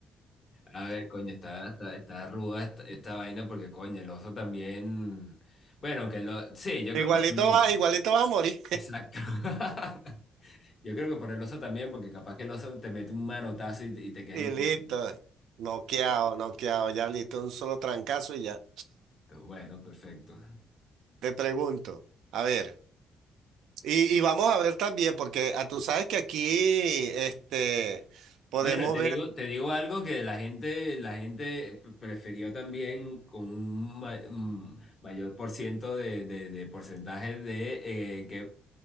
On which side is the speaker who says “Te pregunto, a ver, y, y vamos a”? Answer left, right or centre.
Right